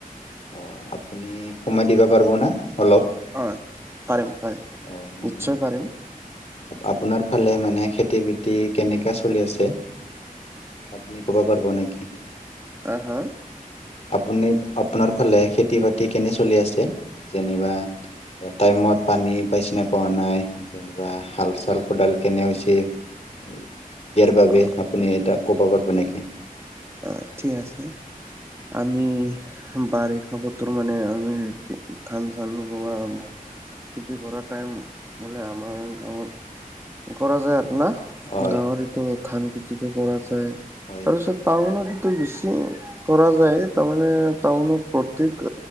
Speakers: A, on the left (about 45°); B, on the right (about 15°).
A: অ', আপুনি সময় দিবা পাৰিব না অলপ?
B: অ, পাৰিম, পাৰিম নিশ্চয়
A: অ মানে
B: পাৰিম।
A: আপোনাৰ ফালে মানে খেতি, বাতি কেনেকাে চলি আছে। আপনি ক, বাপাৰ ক ন কি
B: আহ, হা।
A: আপুনি আপোনাৰ ফালে খেতি, বাতি কেনে চলি আছে যেনিবা টাইমত পানী পাইচিনা পোৱা নাই যেনিবা হাল, চাল খোদাল কেনেওচি ইয়াৰ বাবে
B: অ
A: আপুনি এটা ক'ব পাৰিব নেকি।
B: অ, ঠিক আছে। আমি বাৰিষা বতৰ মানে আমি ধান, চান ৰোৱা খেতি কৰা টাইম বোলে আমাৰ গাঁৱত কৰা যায় আৰু না।
A: হয়
B: গাঁৱৰিতো ধান খেতিতটো কৰা যায়
A: হয়
B: তাৰপিছত টানতটো বেছি কৰা যায় তাৰমানে টাউনত প্ৰতেক